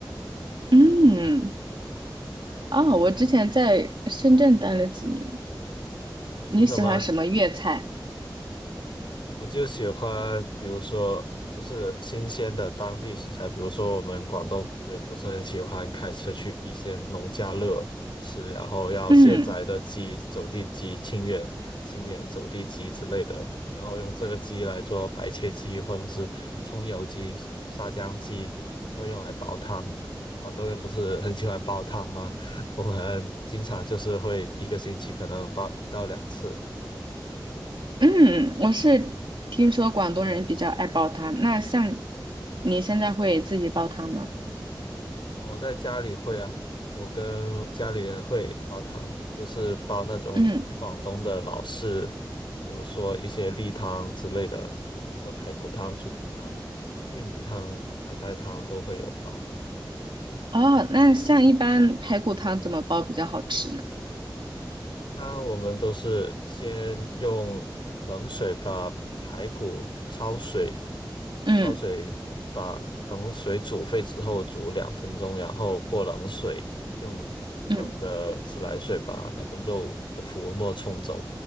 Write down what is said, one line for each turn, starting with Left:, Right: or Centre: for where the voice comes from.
Right: 嗯，哦，我之前在深圳待了几年。
Left: 哦，
Right: 你喜欢什么粤菜？
Left: 真的吗？我就喜欢，比如说就是新鲜的当地食材，比如说我们广东人不是很喜欢开车去一些农家乐吃，然后要现宰的鸡、
Right: 嗯。
Left: 走地鸡、清远清远走地鸡之类的，然后用这个鸡来做白切鸡或者是葱油鸡、沙姜鸡，要用来煲汤。广东人不是很喜欢煲汤吗？<laughs> 我们经常就是会一个星期可能煲一到两次。
Right: 嗯，我是听说广东人比较爱煲汤，那像你现在会自己煲汤吗？
Left: 我在家里会啊，我跟家里人会煲汤，都是煲那种广东的老式，
Right: 嗯，
Left: 比如说一些例汤之类的，比如说排骨汤、猪骨汤、玉米汤、海带汤都会有煲。
Right: 哦，那像一般排骨汤怎么煲比较好吃呢？
Left: 一般我们都是先用冷水把排骨焯水，
Right: 嗯
Left: 焯水把等水煮沸之后煮两分钟，然后过冷水，用冷的自来水把那个肉的浮沫冲走。
Right: 嗯